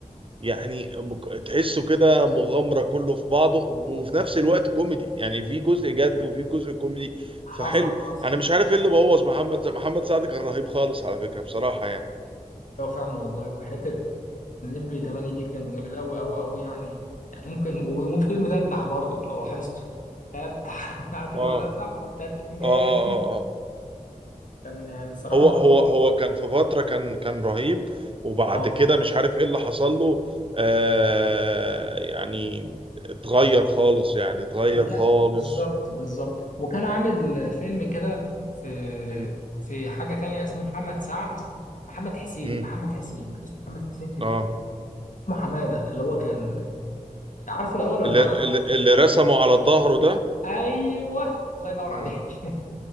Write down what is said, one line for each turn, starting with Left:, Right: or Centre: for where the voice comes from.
Right: يعني مك- تحسه كده مغامرة كله في بعضه وفي نفس الوقت كوميدي يعني في جزء جد وفي جزء كوميدي
Left: حصل
Right: فحلو
Left: حصل
Right: انا مش عارف ايه اللي بوظ محمد سعد محمد سعد كان رهيب خالص على فكرة بصراحة يعني
Left: ايوه فعلا والله وحته النمبي 8 دي كان جميل قوي قوي قوي يعني يعني ممكن وفي فيلم تتح برضك لو لاحظته تتح <laughs> عارف اللي
Right: اه
Left: هو تتح تتح جاي
Right: اه اه اه اه
Left: <laughs> كان يعني الصراحه
Right: هو هو هو كان في فترة كان كان رهيب وبعد
Left: اه
Right: كده مش عارف ايه اللي حصل له آه يعني اتغير خالص يعني اتغير
Left: وكان
Right: خالص
Left: بالظبط بالظبط وكان عامل فيلم كده في
Right: مم.
Left: في حاجة تانية اسمه محمد سعد محمد حسين
Right: مم.
Left: محمد حسين اسمه محمد حسين في
Right: اه
Left: فيلم اسمه حمادة اللي هو كان عارفه الأول ولا
Right: اللي,
Left: لأ؟
Right: اللي اللي رسمه على ظهره ده
Left: أيوه الله ينور
Right: مم.
Left: عليك